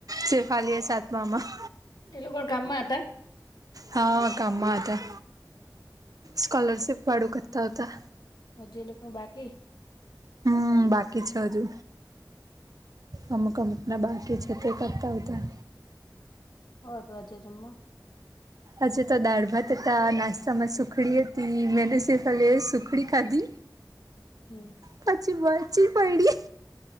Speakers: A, on the right; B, on the left.
A: શેફાલી હે સાતમા માં.
B: તે લોકો ગામમાં હતા?
A: હા, કામમાં હતા સ્કોલરશિપ વાળું કરતા હતા.
B: હજી એ લોકોનું બાકી?
A: હમ્મ, બાકી છે હજુ. અમુક-અમુકના બાકી છે તે કરતા હતા.
B: હા, તો આજે જમવા?
A: આજે તો દાળ-ભાત હતા, નાસ્તામાં સુખડી હતી મેં ને શેફાલી એ સુખડી ખાધી.
B: હમ્મ.
A: પછી વરચી પયડી.